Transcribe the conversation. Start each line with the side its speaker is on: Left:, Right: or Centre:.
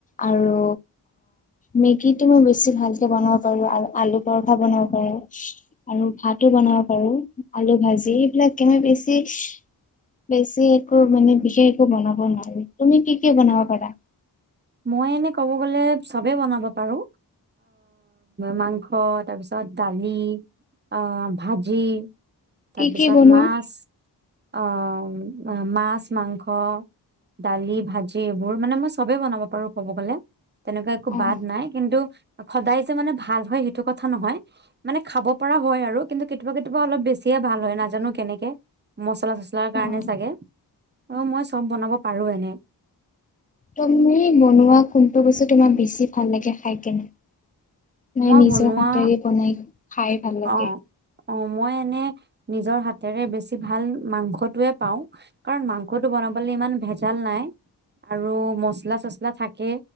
Left: আৰু মেগীটো মই বেছি ভালকৈ বনাব পাৰো, আৰু আলু পৰঠা বনাব পাৰো, আৰু ভাতো বনাব পাৰো, আলু ভাজি এইবিলাক কে মই বেছি- বেছি একো মানে বিশেষ একো বনাব নোৱাৰো। তুমি কি, কি বনাব পাৰা?
Right: মই এনেই কব গ'লে- চবেই বনাব পাৰো। মাংস, তাৰপিছত দালি, আঁহ ভাজি- তাৰপিছত
Left: কি কি বনোৱা
Right: মাছ- অঁ মাছ, মাংস, দালি, ভাজি এইবোৰ মানে মই চবেই বনাব পাৰো। বাৰু ক'ব গ'লে তেনেকুৱা একো
Left: অ
Right: বাদ নাই কিন্তু সদায় যে মানে ভাল হয় সেইটো কথা নহয় মানে খাব পৰা হয় আৰু কিন্তু কেতিয়াবা কে এইবোৰ অলপ বেছিয়ে ভাল হয় নাজানো কেনেকে মচলা চচলাৰ কাৰণে
Left: অ',
Right: চাগে অ মই চব বনাব পাৰো এনে
Left: তুমি মই বনোৱা কোনটো বস্তু তাৰ বেছি ভাল লাগে খাই কেনে নাই
Right: মই
Left: নিজৰ
Right: বনোৱা
Left: হাতেৰে বনাই খাই ভাল লাগে
Right: অ' অ মই এনে নিজৰ হাতেৰে বেছি ভাল মাংসটোয়ে পাওঁ কাৰণ মাংসটো বনাবলৈ ইমান ভেজাল নাই আৰু মচলা চচলা থাকে